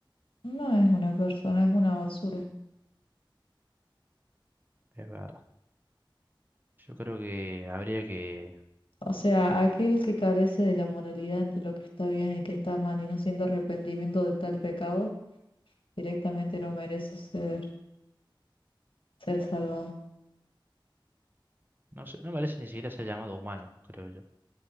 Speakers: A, on the left; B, on the right.
A: No es una persona, es una basura.
B: Es verdad. Yo creo que habría que,
A: O sea, aquel que carece de la moralidad entre lo que está bien y que está mal y no siente arrepentimiento de tal pecado, directamente no merece ser, ser salvado.
B: no sé, no merece ni siquiera ser llamado humano, creo yo,